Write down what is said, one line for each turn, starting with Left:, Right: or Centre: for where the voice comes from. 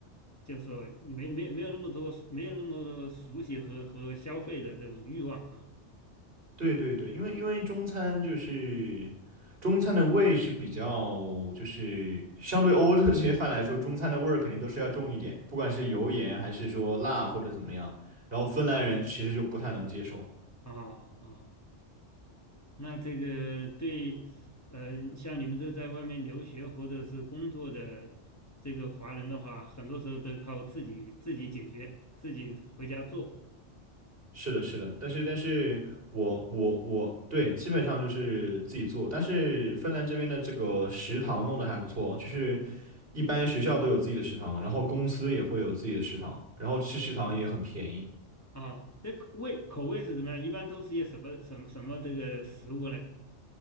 Left: 就是说没没没有那么多没有那么多熟悉和和消费的这种欲望啊
Right: 对对对，因为因为中餐就是中餐的味是比较，就是相对欧洲这些饭来说，中餐的味儿肯定都是要重一点，不管是油盐还是说辣或者怎么样。然后芬兰人其实就不太能接受。
Left: 啊啊，那这个对，呃，像你们这在外面留学或者是工作的这个华人的话，很多时候都靠自己自己解决，自己回家做
Right: 是的，是的，但是但是我我我对，基本上就是自己做，但是芬兰这边的这个食堂弄得还不错，就是一般学校都有自己的食堂，然后公司也会有自己的食堂，然后吃食堂也很便宜。
Left: 啊。这口味口味是什么样？一般都是些什么什么什么这个食物呢？